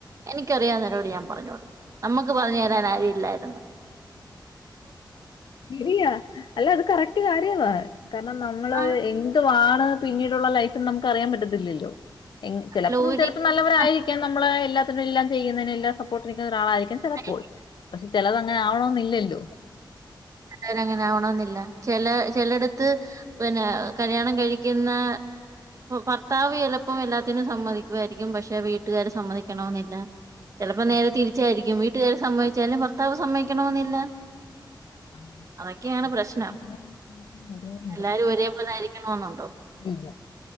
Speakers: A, on the right; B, on the left.
A: എനിക്കറിയാവുന്നവരോട് ഞാൻ പറഞ്ഞു കൊടുക്കും നമ്മുക്ക് പറഞ്ഞു തരാൻ ആരുമില്ലായിരുന്നു.
B: ശരിയാ അല്ല അത് കറക്റ്റ് കാര്യവാ കാരണം നമ്മള്
A: ആ
B: എന്തുവാണ് പിന്നീടുള്ള ലൈഫെന്ന് നമുക്ക് അറിയാൻ പറ്റത്തില്ലല്ലോ എനി ചിലപ്പം
A: അല്ല ഒരിക്കലും
B: ചിലപ്പം നല്ലവരായിരിക്കാം നമ്മള് എല്ലാത്തിനും എല്ലാം ചെയ്യുന്നേനെല്ലാം സപ്പോർട്ട് നിക്കുന്നൊരാളായി രിക്കാം
A: നമ്മളെ
B: ചെലപ്പോൾ പക്ഷെ ചെലതങ്ങനെ ആവണോന്നില്ലല്ലോ
A: <unintelligible> അങ്ങനവര് ആവണോന്നില്ല ചെല ചെലടുത്ത് പിന്നാ കല്യാണം കഴിക്കുന്നാ ഭർത്താവ് ചെലപ്പം എല്ലാത്തിനും സമ്മതിക്കുവായിരിക്കും പക്ഷെ വീട്ടുകാര് സമ്മതിക്കണോന്നില്ല ചെലപ്പൊ
B: ഇല്ല
A: നേരെ തിരിച്ചായിരിക്കും വീട്ടുകാര് സമ്മതിച്ചാലും ഭർത്താവ് സമ്മതിക്കണോന്നില്ല.
B: അങ്ങനെ
A: അതൊക്കെയാണ് പ്രശ്നം.
B: ഇപ്പം വളരെ വ്യത്യാസം വരുവായിരുന്നു
A: എല്ലാരും ഒരേപോലെ ആയിരിക്കണോന്നുണ്ടോ
B: ഇല്ല.